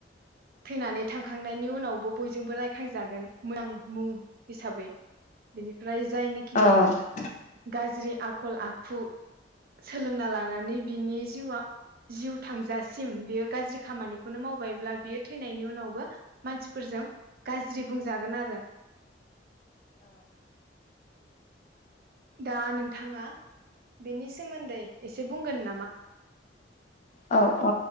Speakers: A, on the right; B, on the left.
A: थैनानै थांखांनायनि उनावबो बय जोंबो रायखांजागोन मोजां मुं हिसाबै बेनि फ्राय जायनिखि
B: औ
A: गाज्रि आखल आ खु सोलोंना लानानै बिनि जिउआ जिउ थांजासिम बेयो गाज्रि खामानिखौनो मावबायब्ला बेयो थैनायनि उनावबो मानसिफोरजों गाज्रि बुंजागोन आरो दा नोंथाङा बेनि सोमोन्दै एसे बुंगोन नामा?
B: औ औ